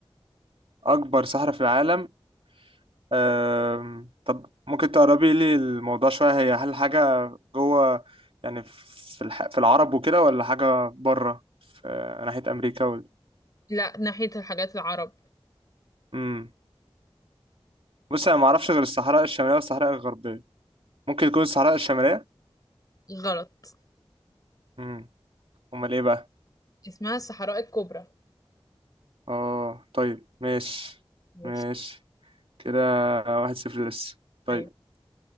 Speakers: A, on the right; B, on the left.
A: أكبر صحراء في العالم أم، طب ممكن تقربي لي الموضوع شوية هي هل حاجة جوه يعني في الح... في العرب وكده ولا حاجة بره في ناحية أمريكا وال...
B: لا ناحية الحاجات العرب
A: مم. بص أنا معرفش غير الصحراء الشمالية والصحراء الغربية ممكن تكون الصحراء الشمالية
B: غلط
A: مم. أمال إيه بقى؟
B: اسمها الصحراء الكبرى
A: أه طيب ماشي
B: ماشي
A: ماشي كده واحد صفر لسه طيب
B: ايوه